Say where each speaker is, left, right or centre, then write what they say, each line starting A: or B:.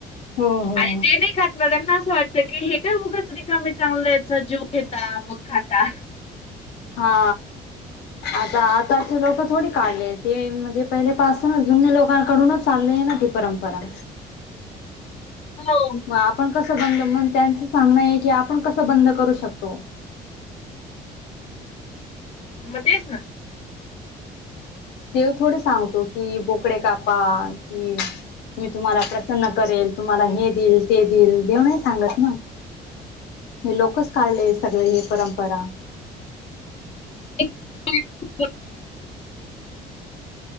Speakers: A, on the left; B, on the left.
A: हो हो
B: आणि जे नाही खात म त्यां असं वाटत की हे काय उगच रिकामे चांगलं याच जीव घेता मग खाता
A: हा आता आताचे लोक थोडी काढले ते म्हणजे पहिले पाासूनच जुनने लोकांकडूनच चाललेय ती परंपरा
B: हो
A: मग आपण कसं बंद म त्यांच सांगणं आहे की आपण कसं बंद करू शकतो
B: मग तेच ना
A: देव थोडे सांगतो कि बोकडे कापा कि मी तुम्हाला प्रसन्न करेल तुम्हाला हे देईल ते देईल देव नाही सांगत ना हे लोकच काढले सगळे हे परंपरा
B: ह